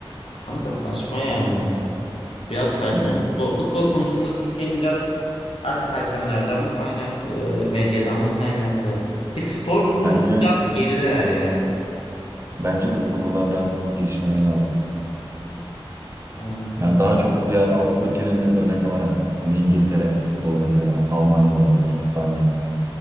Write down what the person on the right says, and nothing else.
Evet
bence
bence de bu konuda biraz gelişmeleri lazım.
Yani daha çok diğer Avrupa ülkelerini örnek alarak hani İngiltere futbolu mesela Almanya olabilir, İspanya.